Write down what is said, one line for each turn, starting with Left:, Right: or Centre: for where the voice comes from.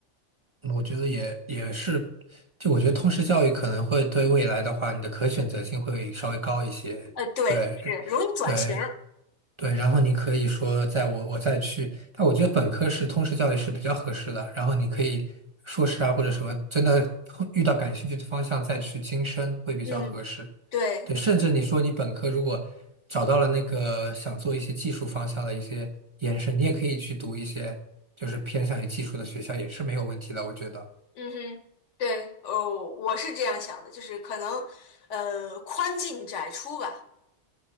Right: 嗯我觉得也也是，就我觉得通识教育可能会对未来的话，你的可选择性会稍微高一些。
Left: 呃，对，
Right: 对。
Left: 是容易转型儿。
Right: 对，对，然后你可以说，在我我再去，但我觉得本科是通识教育是比较合适的。然后你可以硕士啊或者什么，真的遇到感兴趣的方向再去精深会比较合适。
Left: 嗯，对，
Right: 对，甚至你说你本科如果找到了那个想做一些技术方向的一些延伸，你也可以去读一些就是偏向于技术的学校也是没有问题的，我觉得。
Left: 嗯哼，对，哦，我是这样想的，就是可能呃宽进窄出吧。